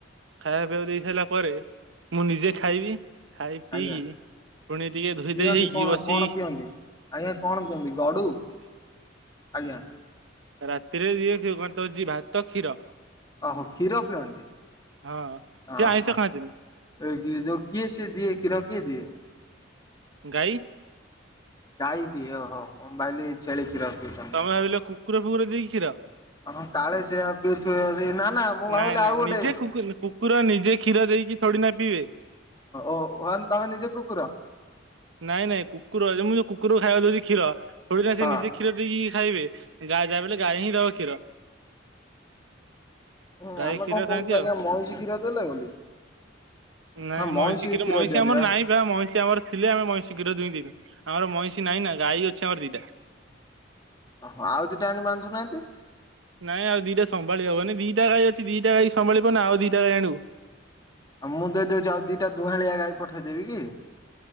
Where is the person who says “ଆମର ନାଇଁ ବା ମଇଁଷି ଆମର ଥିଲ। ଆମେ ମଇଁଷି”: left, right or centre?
Right